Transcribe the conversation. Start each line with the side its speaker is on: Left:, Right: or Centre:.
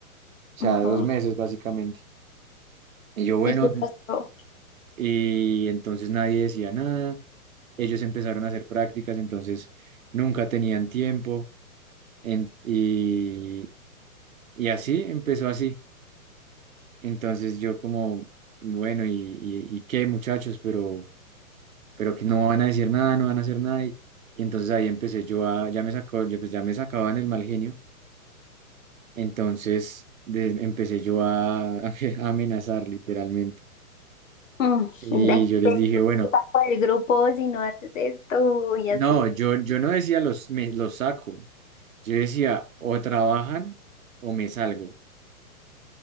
Right: o sea,
Left: ujú.
Right: dos meses básicamente. Y yo, bueno,
Left: ¿Y qué pasó?
Right: y entonces nadie decía nada. ellos empezaron a hacer prácticas, entonces nunca tenían tiempo en- y, y así empezó así. Entonces yo como, bueno, ¿y, y, y qué muchachos? Pero, pero que no van a decir nada, no van a hacer nada. Y, y entonces ahí empecé yo a, ya me sacó, ya, pues ya me sacaban el mal genio, entonces de- empecé yo a, <laughs> a amenazar literalmente.
Left: Mm,
Right: Y
Left: de-
Right: yo les
Left: Te
Right: dije, bueno,
Left: te saco del grupo si no haces esto y
Right: no,
Left: así.
Right: yo, yo no decía los, me, los saco, yo decía o trabajan o me salgo.